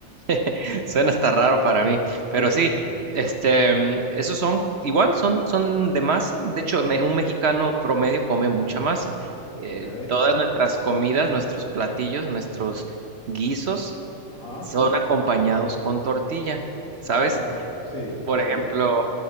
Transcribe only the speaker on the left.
Sí,
ok.
Ajá,
claro, sí,
sí.